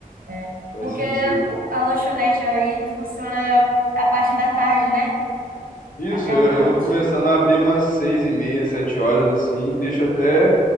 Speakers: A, on the right; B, on the left.
A: é
B: faz
A: Porque
B: sentido.
A: o- a lanchonete aí funciona a parte da tarde, né?
B: Isso,
A: Até
B: eu,
A: a noite.
B: eu tô começando a abrir umas seis e meia, sete horas, assim, deixo até